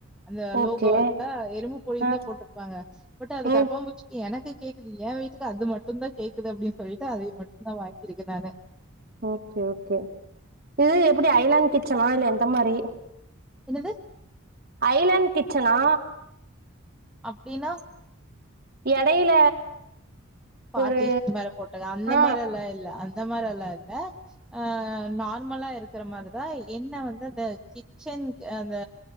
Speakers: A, in the centre; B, on the right.
A: அந்த
B: ஓகே
A: லோகோலே எறும்பு பொடினுத
B: ஆ
A: போட்டிருப்பாங்க பட் அது
B: ம்
A: கரபா பூச்சி எனக்கு கேக்குது ஏ வீட்டுக்கு அது மட்டுத கேக்குது அப்டின்னு சொல்லிட்டு அத மட்டுத வாங்கியிருக்கே நானு
B: ஓகே ஓகே இது எப்புடி ஐலண்டு கிச்சனா இல்லே எந்த மாரி
A: என்னது
B: ஐலாண்ட் கிச்சனா
A: அப்டின்னா
B: எடையில
A: பாட்டி
B: ஒரு
A: இ மாிர போட்டங்க அந்த
B: ஆ
A: மாதிரி எல்லாம் இல்ல அந்த மாதிரி எல்லாம் இல்ல அ நார்மலா இருக்கிற மாரிதா என்ன வந்து அந்த கிச்சன் அந்த